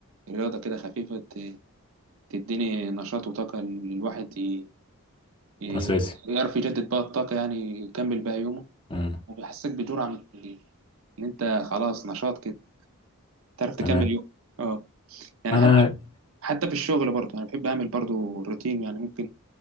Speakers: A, on the right; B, on the left.
A: رياضه كده خفيفه ت- تديني نشاط وطاقه الواحد ي- ي-
B: اساسي
A: يعرف يجدد بقى الطاقه يعني يكمل بقى يومه
B: مم.
A: وبيحسسك بجرعه من ال- ان انت خلاص نشاط كده تعرف تكمل
B: تمام
A: يوم اه يعني
B: انا
A: حتى حتى في الشغل برضه انا بحب اعمل برضه روتين يعني ممكن